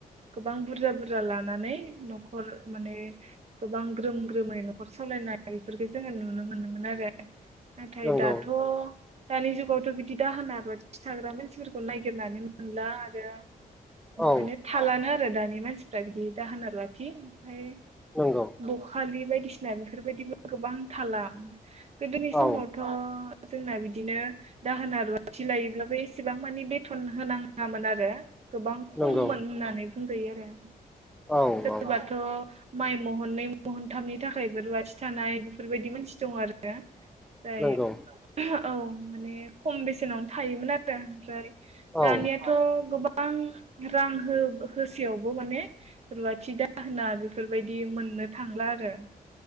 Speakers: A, on the right; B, in the centre.
A: गोबां बुरजा बुरजा लानानै न'खर माने गोबां ग्रोम ग्रोमै न'खर सालायनाय बेफोरखौ जोङो नुनो मोनोमोन आरो नाथाय
B: नंगौ
A: दाथ' दानि जुगावथ' बिदि दाहोना रुवाथि थाग्रा मानसिफोरखौ नायगिरनानै मोनला आरो
B: औ
A: माने थालानो आरो दानि मानसिफ्रा बिदि दाहोना रुवथि ओमफ्राय
B: नंगौ
A: ब‌ खालि बायदिसिना बेफोरबायदिबो गोबां थाला गोदोनि समावथ'
B: औ
A: <unintelligible> जोंना दिनो दाहोना रुवाथि लायोब्लाबो एसेबां मानि बेथन होनाङामोन आरो गोबां खममोन
B: नंगौ
A: होननानै बुंजायो आरो
B: औ
A: सोरबाथ'
B: औ
A: माइ महनै महनथामनि थाखायबो रुवाथि थानाय बेफोरबायदि मानसि दं आरो जाय
B: नंगौ
A: औ माने खम बेसेनावनो थायोमोन आरो ओमफ्राय दानिया
B: औ
A: थ' गोबां रां हो होसेयावबो माने रुवाथि दाहोना बेफोरबायदि मोननो थांला आरो